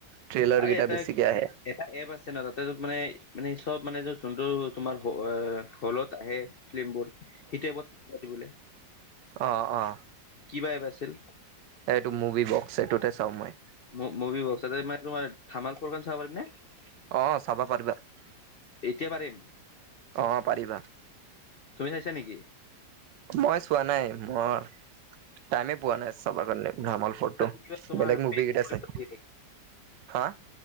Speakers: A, on the right; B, on the left.
A: ট্ৰেইলাৰ
B: আৰু
A: কেইটা
B: এটা
A: বেছিকে আহে। <unintelligible>
B: এটা এপ আছে ন তাতে যত মানে-মানে চব মানে যোনটো তোমাৰ অ! হলত আহে। <inaudible> ফিল্মবোৰ সেইটো এপত <unintelligible> বোলে।
A: অঁ-অঁ। <unintelligible>
B: কি বা এপ আছিল? <inaudible>
A: <unintelligible> এইটো মুভি বক্স এইটোতে চাওঁ মই।
B: মু-মুভি বক্সা তাতে মানে তোমাৰ ধামাল ফৰখন চাব পাৰিম নে? <unintelligible>
A: অঁ! চাব পাৰিবা। <unintelligible>
B: এতিয়া পাৰিম? <unintelligible>
A: অঁ! পাৰিবা। <inaudible>
B: তুমি চাইছা নেকি?
A: মই চোৱা নাই মই টাইমে পোৱা নাই চব কাৰণে ভ্ৰাম ফটো
B: তাত কিবা তোমাৰ
A: বেলেগ মুভি
B: পে
A: কেতা
B: কৰিব
A: আছে,
B: লাগে
A: হা?